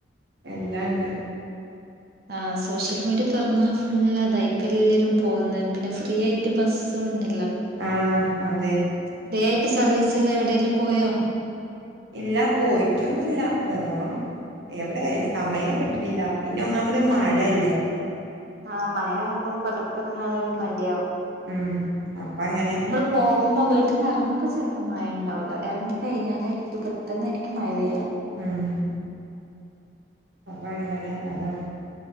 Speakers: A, on the right (about 80°); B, on the right (about 60°).
A: എല്ലാംണ്ട്
B: ആഹ് സോഷ്യൽ മീഡിയ തുറന്നാ ഫുുള്ള അതാ ഇപ്പയെല്ലരും പോകുന്നെ പിന്നെ ഫ്രീ ആയിട്ട് ബസ് സ്സും ഉണ്ടല്ലോ?
A: ആഹ് അതെ
B: ഫ്രീ ആയിട്ട് സർവീസ്ള്ള എവിടേലും പോയോ?
A: ഇല്ല പോയിട്ടൊന്നുല്ല പോണം എവിടെ
B: ആഹ്
A: സമയം കിട്ട കിട്ട്ണില്ല പിന്നെ ഒന്നാമത് മഴയല്ലേ
B: ആഹ് മഴ ആവുമ്പോ പൊറത്തിറങ്ങാനൊരു മടിയാവും
A: ഉം അപ്പ അങ്ങനെ
B: നമ്മള് പോകുമ്പോ വീട്ടിന്ന് എറങ്ങുമ്പോ ചെലപ്പോ മഴ ഉണ്ടാവൂല്ല എറങ്ങി കഴിഞ്ഞാലായിരിക്കും പെട്ടെന്നായിരിക്കും മഴ പെയ്യ
A: ഉം അപ്പൊ അങ്ങനെ അതാണ്